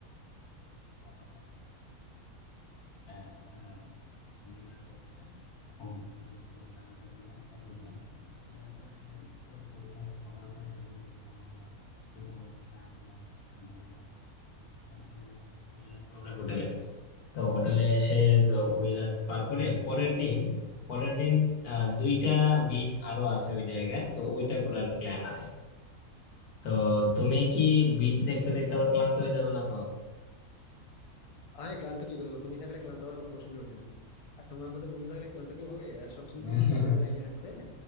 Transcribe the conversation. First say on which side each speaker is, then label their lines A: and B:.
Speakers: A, on the left; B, on the left.
A: পাওয়া যায় আহ, একটা ডিনার হয়ে যাবে খুব বেশ জমকালো একটা ডিনার করার প্ল্যান আছে এরপরে তো টুকটাক শহরটা একটু ঘুরে দেখলাম আমরা কোথাও বসে চা খেলাম আড্ডা দিলাম বা কোথাও এরপরে চলে আসবো আমরা হোটেলে তো হোটেলে এসে তো ওই রাত পার করে পরের দিন পরের দিন আহ, দুইটা বিচ আরো আছে ওই জায়গায় তো ওইটা ঘোরার প্ল্যান আছে তো তুমি কি বিচ দেখতে দেখতে আবার ক্লান্ত হয়ে যাবে না তো
B: আরে ক্লান্ত কি করবো তুমি থাকলে ক্লান্ত হওয়ার কোনো প্রশ্নই ওঠে না আর তোমার মতো বন্ধু থাকলে ক্লান্ত কেউ হবে আর সবসময়
A: <laughs>
B: তুমি তো আমাদের জাগিয়ে রাখো তাই না